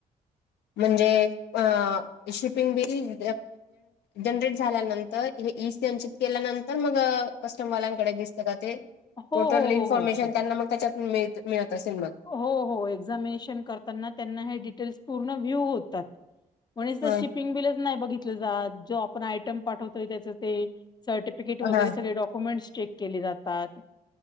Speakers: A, on the left; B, on the left.
A: म्हणजे शपिंग बिल जनरेट झाल्यानंतर इ संचित केल्यानंतर मग कस्टमवाल्यांकडे दिसत का ते
B: हो
A: टोटल
B: हो
A: इन्फॉर्मेशन
B: हो हो हो
A: त्यांना मग त्याच्यातुन मिळ मिळत असेल मग.
B: हो हो एक्झामिनेशन करताना त्यांना हे डिटेल्स पूर्ण व्ह्यू होतात. कोणी जर
A: हा
B: शिपिंग बिलच नाही बघितलं जात जो आपण आयटम पाठवत. तरी त्याचे ते सर्टिफिकेट वगैर
A: हा
B: सगळे डॉक्युमेंट्स चेक केले जातात.